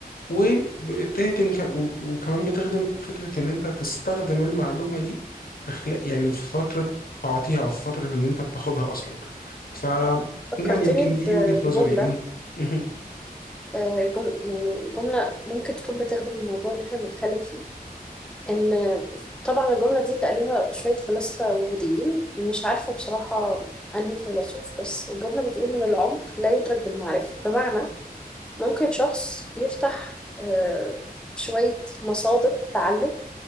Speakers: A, on the left; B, in the centre.
A: وبتهدم ك- و- وكمان بتخدم فكرة إن أنت تستخدم المعلومة دي في خلال يعني في فترة تعطيها أو في فترة إن أنت بتاخدها أصلا ف
B: فكرتني
A: يعني يمكن دي
B: ب-
A: وجهة
B: بجملة
A: نظري أم. مهم.
B: آه، جم... يعني جملة ممكن تكون بتخدم الموضوع اللي إحنا بنتكلم فيه ان طبعا الجمله دي تقاليها شويه فلاسفه وجوديين مش عارفه بصراحه انهي فيلسوف بس الجمله بتقول ان العمق لا يدرك بالمعرفه بمعنى ممكن شخص يفتح آه، شويه مصادر تعلم